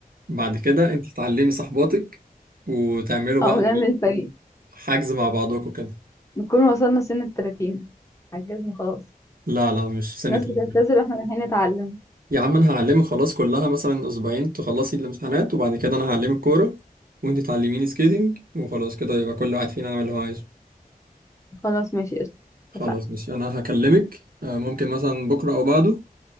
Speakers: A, on the right; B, on the left.
A: بعد كده أنت تعلمي صاحباتك وتعملوا بقى
B: او نعمل فريق
A: حجز مع بعضكم كده
B: نكون وصلنا سن التلاتين عجزنا خلاص
A: لا لا مش سنة
B: الناس
A: تلاتين.
B: بتعتذر واحنا رايحين نتعلم
A: يا عم أنا هعلمك خلاص كلها مثلا أسبوعين تخلصي الامتحانات وبعد كده أنا هعلمك كورة وأنت تعلميني سكيتنج وخلاص كده يبقى كل واحد فينا يعمل اللي هو عايزه
B: خلاص ماشي قشطة
A: خلاص
B: اتفقنا
A: ماشي أنا هكلمك آه ممكن مثلا بكرة أو بعده